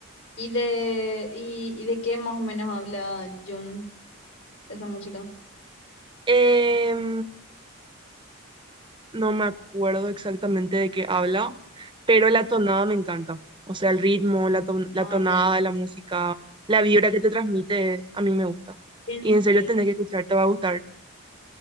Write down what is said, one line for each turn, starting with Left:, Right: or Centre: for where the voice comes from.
Left: ¿Y de, y, y de qué más o menos habla Jun, esa música?
Right: Em, no me acuerdo exactamente de qué habla, pero la tonada me encanta. O sea, el ritmo, la, ton- la
Left: Ah,
Right: tonada,
Left: ya,
Right: la música, la vibra que te transmite, es- a mí me gusta.
Left: Entiendo.
Right: Y en serio tenés que escuchar, te va a gustar.